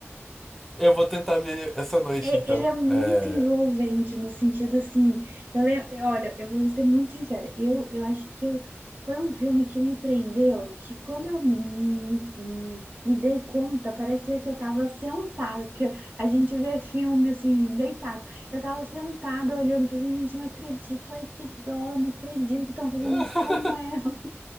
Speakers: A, in the centre; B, on the right.
A: eu vou tentar ver essa noite
B: É,
A: então.
B: ele é muito
A: É,
B: envolvente no sentido assim, eu lembro, olha, eu vou ser muito sincera, eu, eu acho que eu- foi um filme que me prendeu, que quando eu me, me, me dei conta, parecia que eu estava sentada, porque a gente vê filme assim, deitado. Eu estava sentada olhando, pensando, gente, não acredito, ai que dó, não acredito que estão fazendo
A: <laughs>
B: isso com ela.